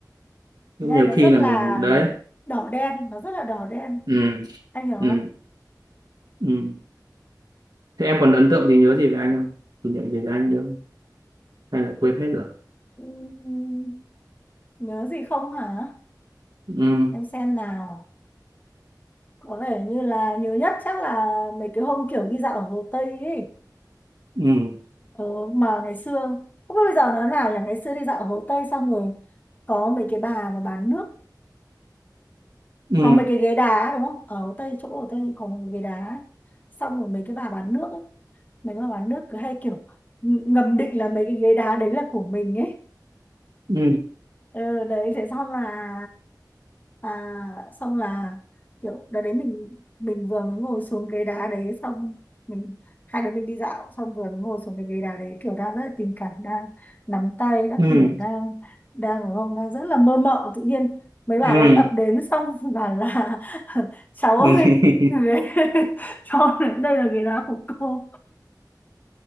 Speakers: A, on the right; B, on the left.
A: nhưng
B: nghe
A: nhiều
B: nó
A: khi
B: rất
A: là
B: là
A: mình đấy
B: đỏ đen nó rất là đỏ đen
A: ừ.
B: anh hiểu không
A: Ừ. Ừ. thế em còn ấn tượng gì nhớ gì về anh không kỷ niệm gì về anh nhớ không? hay là quên hết rồi
B: Ừm, nhớ gì không hả
A: ừ.
B: em xem nào có vẻ như là nhớ nhất chắc là mấy cái hôm kiểu đi dạo ở Hồ Tây ấy
A: Ừ.
B: ừ, mà ngày xưa không biết bây giờ nó nào là ngày xưa đi dạo ở Hồ Tây xong rồi có mấy cái bà mà bán nước
A: Ừ.
B: có mấy cái ghế đá đúng không ở Hồ Tây chỗ Hồ Tây có một cái ghế đá ấy. xong rồi mấy cái bà bán nước ấy, mình là bán nước cứ hay kiểu ừ, ngầm định là mấy cái ghế đá đấy là của mình ấy
A: Ừ.
B: ừ, đấy thế xong là à, xong là kiểu đợt đấy mình mình vừa mới ngồi xuống ghế đá đấy xong mình hai đứa mình đi dạo xong vừa mới ngồi xuống cái ghế đá đấy kiểu đang rất là tình cảm đang nắm tay các
A: Ừ.
B: kiểu đang đang đúng không đang rất là mơ mộng tự nhiên mấy bà
A: Ừ.
B: đấy ập đến xong bảo là <laughs> cháu ơi
A: Ừ. <laughs>
B: ghế- <laughs> cho đây là ghế đá của cô